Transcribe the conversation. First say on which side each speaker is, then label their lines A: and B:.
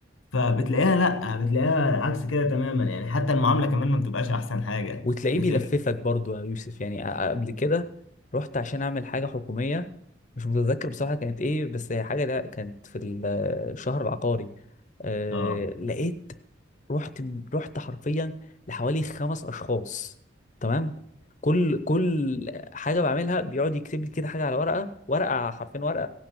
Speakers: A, on the left (about 85°); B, on the left (about 40°).
A: فبتلاقيها لا بتلاقيها عكس كده تماما يعني حتى المعاملة كمان ما بتبقاش احسن حاجة
B: وتلاقيه
A: بتلاقيهم
B: بيلففك برضو يا يوسف يعني أ- قبل كده رحت عشان اعمل حاجه حكوميه مش متذكر بصراحه كانت ايه بس هي حاجه لا كانت في ال- الشهر العقاري أه
A: اه
B: لقيت رحت رحت حرفيا لحوالي خمس اشخاص تمام كل كل حاجه بعملها بيقعد يكتب لي كده حاجه على ورقه ورقه حرفيا ورقه